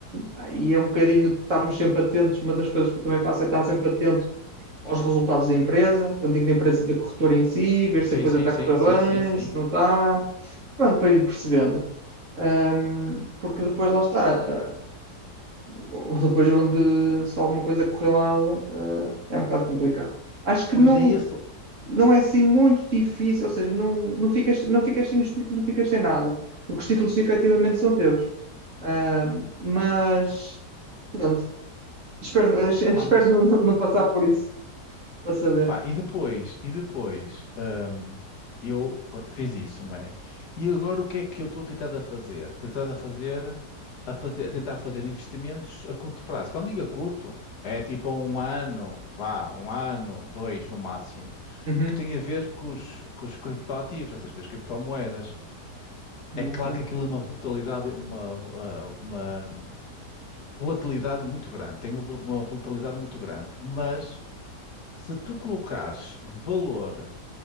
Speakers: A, on the right; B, on the left.
A: ah, e é um bocadinho de estarmos sempre atentos. Uma das coisas que eu também faço é estar sempre atento aos resultados da empresa, quando digo da empresa, da corretora em si, ver
B: Sim,
A: se a coisa
B: sim,
A: está
B: sim,
A: a correr bem,
B: sim, sim, sim.
A: se não está, pronto, para ir percebendo. Ahm, porque depois lá está, ah, <laughs> depois onde se alguma coisa correr mal, ah, é um bocado complicado. Acho que
B: Pois
A: não,
B: é isso.
A: não é assim muito difícil, ou seja, não, não ficas, não ficas sem os títulos, não ficas sem nada, porque os títulos efetivamente são teus. Ahm, mas, pronto, espero, <laughs>
B: Pá,
A: espero
B: mas
A: não, não passar por isso, para saber.
B: Pá, e depois, e depois, hum, eu pronto, fiz isso, não é? E agora o que é que eu estou tentado a fazer? Tentado a fazer, a fazer, a tentar fazer investimentos a curto prazo. Quando digo a curto, é tipo a um ano, vá, um ano, dois no máximo,
A: Uhum.
B: que tem a ver com os, com os criptoativos, ou seja, com as criptomoedas.
A: Ok,
B: É claro que aquilo é uma volatilidade, uma, ah, uma volatilidade muito grande, tem uma volatilidade muito grande, mas se tu colocares valor